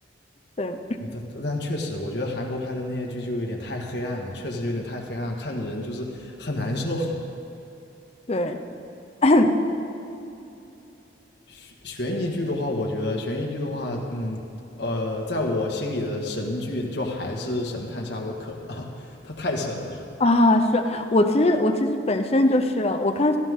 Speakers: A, on the left (about 35°); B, on the left (about 65°).
A: 对
B: 我的，但确实，我觉得韩国拍的那些剧就有点太黑暗了，确实有点太黑暗了看着人就是很难受。<laughs>
A: 对，<clears throat>
B: 悬悬疑剧的话，我觉得悬疑剧的话，嗯，呃，在我心里的神剧就还是《神探夏洛克》啊，<laughs> 它太神了，
A: 啊，是我其实我其实本身就是我看